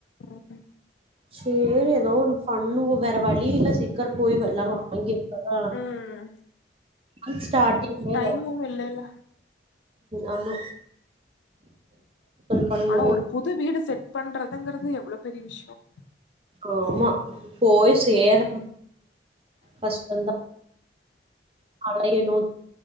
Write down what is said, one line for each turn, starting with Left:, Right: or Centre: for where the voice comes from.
Left: உ
Right: சரி ஏதோ ஒண்ணு பண்ணுவோ வேற வழியில சீக்கிரம் போய்ல்லாம் வாங்கிருக்காங
Left: ம்
Right: நான் ஸ்டாட்டிங்க்லயே
Left: டைமும்
Right: <inaudible>
Left: இல்லல்ல
Right: ஆ மால் பண்ண
Left: ஆனா ஒரு புது வீடு செட் பண்றதுங்கிறது எவ்ளோ பெரிய விஷயம்
Right: ஆமா போய் சேர கஷ்டந்தா அலையணு